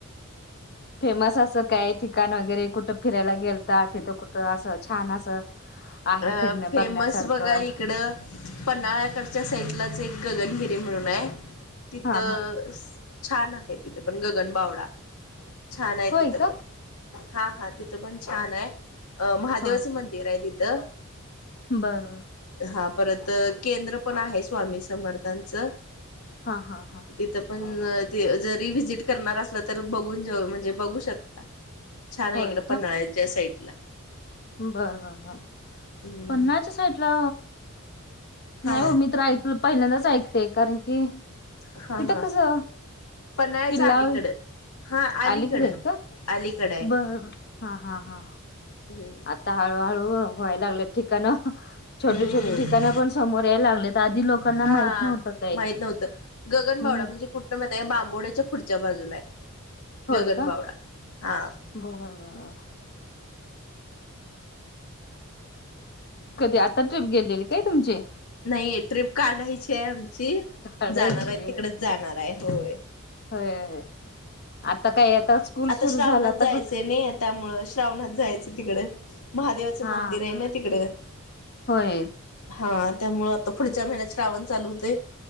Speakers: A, on the left; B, on the left.
A: फेमस असं काय ठिकाण वगैरे, कुठं फिरायला गेलता. तिथं कुठं असं छान असं. आहे
B: अ..
A: फिरणं
B: फेमस
A: बघण्यासारखं
B: बघा इकडं, पन्हाळ्याकडच्या साईडलाच एक गगनगिरी म्हणून आहे. तिथं
A: हा हा
B: छान आहे, तिथं पण गगनबावडा. छान आहे
A: होय
B: तिथं
A: का
B: पण, हा हा तिथं पण छान आहे अ- महादेवाचं
A: हा
B: मंदिर. पीर ये तीत.
A: बरं.
B: हा परत केंद्र पण आहे. स्वामी समर्थांचं
A: हा. हा. हा.
B: तिथं पण जरी व्हिजिट करणार असला, तरी बघून जाऊ म्हणजे बघू शकता. छान आहे
A: होय
B: इकडं, पन्हाळ्याच्या साईड ला.
A: बरं बर
B: हम्म
A: पन्हाळ्याच्या साईडला.
B: हा
A: नाही ओ मी तर ऐकलं पहिल्यांदाच ऐकते, कारण की
B: हा
A: तिथं
B: हा
A: कसं.
B: पन्हाळ्याच्या
A: किल्ला
B: आलीकडं. हा, अलीकड
A: अलीकडे आहे का?
B: अलीकड आहे
A: बर हा हा हा
B: हम.
A: आता हळूहळू व्हाय लागले ठिकाणं. छोटे
B: हम्म
A: छोटे ठिकाण पण समोर यायला लागले, तर आधी लोकांना
B: हा
A: माहित नव्हतं काही.
B: माहित नव्हतं गगनबावडा
A: हम्म
B: म्हणजे कुठं माहितेय, बांबोड्याच्या पुढच्या बाजूला आहे.
A: होय
B: गगनबावडा
A: का,
B: हा
A: बर बर. कधी आता ट्रिप गेलेली, काय तुमची.
B: नाही ट्रीप काढायची आहे आमची,
A: काढायची
B: जाणार आहे
A: होय
B: तिकडेच जाणार आहे होय.
A: होय. आता काय आता स्कूल
B: आता
A: सुरू
B: श्रावणात
A: झाला आता
B: जायचंय
A: कुठं.
B: नाही त्यामुळं श्रावणात जायचं तिकडं. महादेवाचं
A: हा
B: मंदिर आहे ना तिकडं.
A: होय
B: हां.. त्यामुळं आता पुढच्या महिन्यात श्रावण चालू होतंय